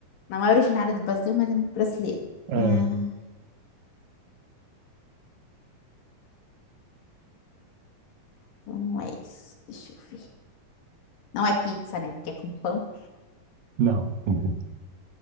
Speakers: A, on the left; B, on the right.
A: Não é originária do Brasil, mas é muito brasileira.
B: É,
A: Ah, então não é isso. Deixa eu ver. Não é pizza, né? Porque é com pão.
B: não. Uhum.